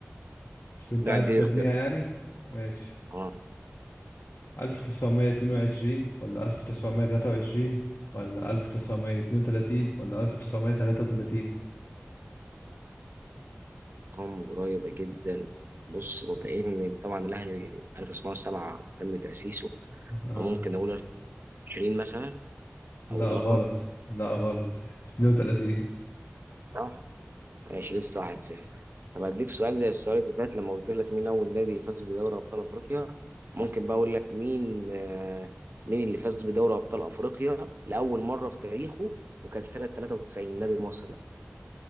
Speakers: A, on the left; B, on the right.
A: بس انت
B: لا
A: عايز
B: اديني
A: ترميها
B: اختيارات
A: يعني ماشي
B: اه
A: 1922 ولا 1923 ولا 1932 ولا 1933
B: ارقام قريبة جدا بص بما ان طبعا الاهلي 1907 تم تأسيسه
A: اه
B: فممكن اقول 20 مثلا
A: لا
B: او اللقب
A: غلط لا غلط 32
B: صح ماشي لسه 1-0 طب هديك سؤال زي السؤال اللي فات لما قلت لك مين أول نادي فاز بدوري أبطال أفريقيا ممكن بقى أقول لك مين آه، مين اللي فاز بدوري أبطال أفريقيا لأول مرة في تاريخه وكان سنة 93 نادي مصري